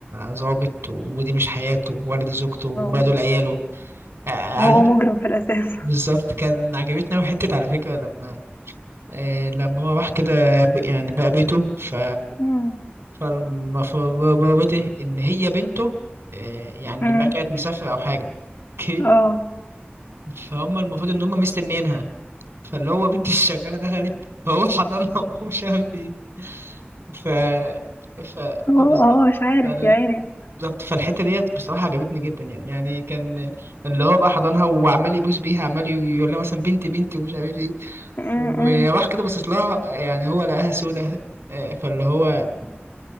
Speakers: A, on the right (about 85°); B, on the left (about 60°).
A: ظابط ودي مش حياته ولا دي زوجته ولا
B: اه
A: دول عياله آه، على
B: وهو
A: فكرة
B: مجرم في الأساس
A: بالظبط كان عجبتني أوي حتة على فكرة لما آه، لما هو راح كده ب- يعني بقى بيته ف
B: مم.
A: فالمفروض إن هي بنته آه، يعني
B: امم
A: بقى كانت مسافرة أو حاجة <laughs>
B: اه
A: فهم المفروض ان هم مستنيينها فاللي هو بنت الشغاله دخلت فهو حضنها <laughs> ومش عارف ايه ف ف
B: هو
A: بالظبط
B: اه مش عارف
A: فال-
B: يا عيني
A: بالظبط فالحته ديت بصراحه عجبتني جدا يعني يعني كان اللي هو بقى حضنها وعمال يبوس بيها عمال ي- يقول لها مثلا بنتي بنتي ومش عارف ايه
B: مم.
A: وراح
B: مم.
A: كده باصص لها يعني هو لقاها سودة آه، فاللي هو